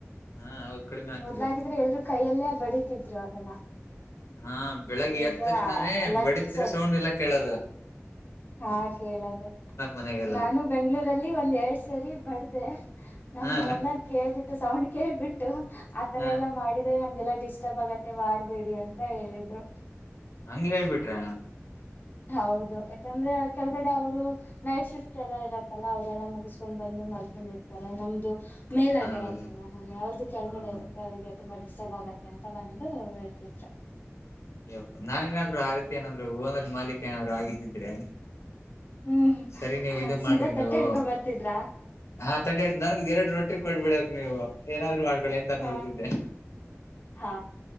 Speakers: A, on the left; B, on the left.
A: ಹಾ ಅವು ಕಡಿಮೆ ಆಗ್ತಿದೆ
B: ಮೊದ್ಲಾಗಿದ್ರೆ ಎಲ್ರುೂ ಕೈಯಲ್ಲೇ ಬಡಿತಿದ್ರು ಅದನ್ನ
A: ಹಾ ಬೆಳಗ್ಗೆ
B: ಈಗ
A: ಎತ್ತಕ್ಷಣವೇ
B: ಲಟ್ಸೋದು
A: ಬಡತಿರಿ ಸೌಂಡ್ ಎಲ್ಲ ಕೇಳದ
B: ಹಾ ಕೇಳದು
A: ಮನೆಗೆಲ್ಲ
B: ನಾನು ಬೆಂಗಳೂರಲ್ಲಿ ಒಂದ್ ಎರಡ್ ಸರಿ ಬಡ್ದ ಅೇ ನಮ್ಮ
A: ಹಾ
B: ಓನರ್ ಕೇಳ್ಬಿಟ್ಟು ಸೌಂಡ್ ಕೇಳ್ಬಿಟ್ಟು ಆತರ
A: ಹಾ
B: ಎಲ್ಲಾ ಮಾಡಿದ್ರೆ ನಮ್ಗೆಲ್ಲಾ ಡಿಸ್ಟರ್ಬ್ ಆಗತ್ತೆ ಮಾಡ್ಬೇಡಿ ಅಂತ ಹೇಳಿದ್ರು
A: ಹಂಗಗೆ ಹೇಳ್ಬಿಟ್ರ
B: ಹೌದು ಯಾಕಂದ್ರೆ ಕೆಳಗಡೆ ಅವರು ನೈಟ್ ಶಿಫ್ಟ್ ಎಲ್ಲಾ ಇರತ್ತಲ್ಲಾ ಅವ್ರಲ್ಲ ಮುಗಿಸಸ್ಕೊಂಡ್ ಬಂದ ಮಾಡ್ಕೊಂಡಿರ್ತಾರೆ ನಮ್ದು ಮೇಲ ಆಾಗಿರತ್ತಲ್ಲಾ
A: ಹೌದು
B: ಮನೆೆ ಅವ್ರದ್ದು ಕೆಳಗಡೆ
A: ಹ್ಮ್ ಹ್ಮ್
B: ಇರುತ್ತೆ ಅವ್ರರಿಗೆಿಗೆ ತುಂಬಾ ಡಿಸ್ಟರ್ಬ್ ಆಗತ್ತೆ ಅಂತ ತ್ತ ಬಂದು ಹೇಳ್ತಿದ್ರು
A: ಯಪ್ಪ ನಾನ ನಾದ್ರು ಆ ರೀತಿ ಏನಾದ್ರು ಓನಲ್ ಮಾಲೀಕ್ ಏನಾದ್ರು ಆಗಿದ್ದಿದ್ರೆ
B: ಹ್ಮ್
A: ಸರಿ ನೀವು ಇದ
B: ಸೀದಾ
A: ಮಾಡ್ರಿ
B: ತಟ್ಟೆ
A: ನೀವು
B: ಹಿಡ್ಕೊ ಬರ್ತಿದ್ರಾ
A: ಹಾ ತ ನನ ಎರಡು ರೊಟ್ಟಿ ಕೊಡ್ಬಿಡ ನೀವು ಏನಾದ್ರು ಹಾಡ್ಗಳು ಎಂತ
B: ಹಾ
A: ನೋಡ್ತಿದ್ದೆ
B: ಹಾ